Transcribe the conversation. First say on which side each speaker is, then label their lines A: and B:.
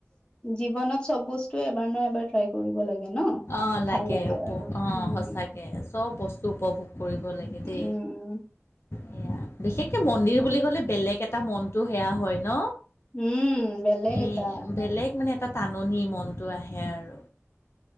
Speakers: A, on the left (about 20°); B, on the left (about 55°).
A: জীৱনত চব বস্তু এবাৰ এবাৰ ট্ৰাই কৰিব লাগে ন
B: অঁ
A: ভাল লাগে
B: উপ
A: আৰু
B: অঁ সঁচাকে
A: উ
B: চব বস্তু উপভোগ কৰিব লাগে দেই
A: উম
B: সেয়া বিশেষকে মন্দিৰ বুলি কলে বেলেগ এটা মনতটো সেয়া হয় ন
A: উম বেলেগ
B: এই
A: এটা
B: বেলেগ মানে এটা টাননি মনটো আহে আৰু